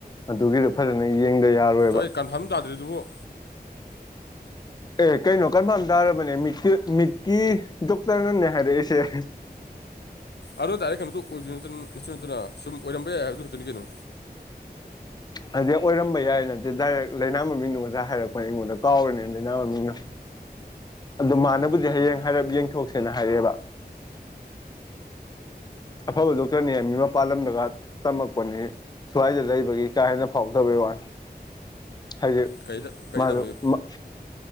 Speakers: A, on the left; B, on the left.
A: ꯑꯗꯨꯒꯤꯗꯣ ꯐꯖꯅ ꯌꯦꯡꯗ ꯌꯥꯔꯣꯏꯕ
B: ꯑꯩ ꯀꯟꯐꯥꯔꯝ ꯇꯥꯗ꯭ꯔꯤꯗꯨꯕꯨ
A: ꯑꯦ ꯀꯩꯅꯣ ꯀꯟꯐꯥꯔꯝ ꯇꯥꯔꯕꯅꯦ ꯃꯤꯠꯀꯤ ꯃꯤꯠꯀꯤ ꯗꯣꯛꯇꯔꯅꯅꯦ ꯍꯥꯏꯔꯛꯏꯁꯦ <inaudible>
B: ꯑꯗꯣ ꯗꯥꯏꯔꯦꯛ ꯀꯩꯅꯣꯇꯨ ꯑꯣꯏꯁꯨ ꯅꯠ ꯅꯠꯁꯨ ꯅꯠꯇꯅ ꯁꯨꯝ ꯑꯣꯏꯔꯝꯕ ꯌꯥꯏ ꯍꯥꯏꯕꯗꯨ ꯈꯛꯇꯅꯤ ꯀꯩꯅꯣ
A: ꯍꯥꯏꯗꯤ ꯑꯣꯏꯔꯝꯕ ꯌꯥꯏ ꯅꯠꯇꯦ ꯗꯥꯏꯔꯦꯛ ꯂꯩꯅꯥ ꯃꯃꯤꯡꯅꯣ ꯉꯁꯥꯏ ꯍꯥꯏꯔꯛꯄꯅ ꯑꯩꯉꯣꯟꯗ ꯀꯥꯎꯔꯅꯤꯅ ꯂꯩꯅꯥ ꯃꯃꯤꯡꯅꯣ ꯑꯗꯣ ꯃꯥꯅꯕꯨꯗꯤ ꯍꯌꯦꯡ ꯍꯥꯏꯔꯞ ꯌꯦꯡꯊꯣꯛꯁꯦꯅ ꯍꯥꯏꯔꯛꯑꯦꯕ ꯑꯐꯕ ꯗꯣꯛꯇꯔꯅꯤ ꯃꯤ ꯃꯄꯥꯥꯟꯂꯝꯗꯒ ꯇꯝꯃꯛꯄꯅꯤ ꯁ꯭ꯋꯥꯏꯗ ꯂꯩꯕꯒꯤ ꯀꯥ ꯍꯦꯟꯅ ꯐꯥꯎꯗꯕꯩ ꯋꯥꯅꯤ ꯍꯥꯏꯗꯤ
B: ꯀꯩꯗ ꯀꯩꯗ
A: ꯃꯥꯗꯨ
B: ꯇꯝꯃꯛꯏ
A: ꯃ